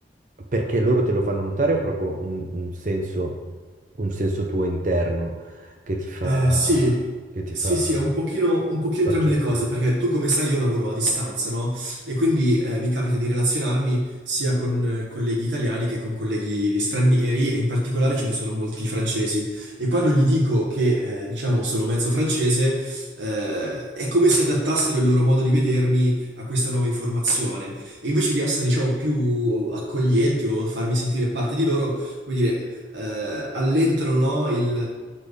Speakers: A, on the right; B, on the right.
A: perché loro te lo fanno notare o proprio un, un senso, un senso tuo interno che ti fa,
B: Eh, sì,
A: che ti
B: sì,
A: fa
B: sì, è un pochino, un pochino
A: torcere?
B: entrambe le
A: il
B: cose,
A: naso?
B: perché tu come sai io lavoro a distanza, no? E quindi eh, mi capita di relazionarmi sia con eh, colleghi italiani che con colleghi di stranieri, e in particolare ce ne sono molti francesi. E quando gli dico che, eh, diciamo, sono mezzo francese, eh, è come se adattassero il loro modo di vedermi a questa nuova informazione. E invece di essere, diciamo, più accoglienti o farmi sentire parte di loro, come dire eh, allentano, no, il,